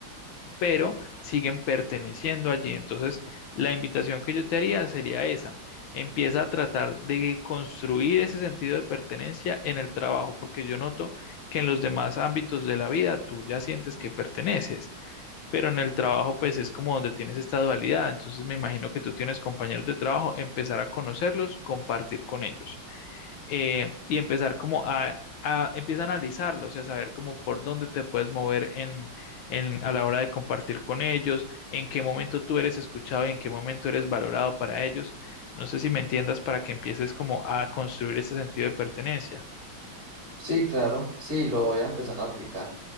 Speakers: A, on the left; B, on the right.
A: pero siguen perteneciendo allí. Entonces, la invitación que yo te haría sería esa. Empieza a tratar de construir ese sentido de pertenencia en el trabajo, porque yo noto que en los demás ámbitos de la vida tú ya sientes que perteneces, pero en el trabajo pues es como donde tienes esta dualidad. Entonces, me imagino que tú tienes compañeros de trabajo, empezar a conocerlos, compartir con ellos eh, y empezar como a, a- empieza a analizarlos y a saber como por dónde te puedes mover en, en, a la hora de compartir con ellos, en qué momento tú eres escuchado y en qué momento eres valorado para ellos. No sé si me entiendas para que empieces como a construir ese sentido de pertenencia.
B: Sí, claro, sí, lo voy a empezar a aplicar.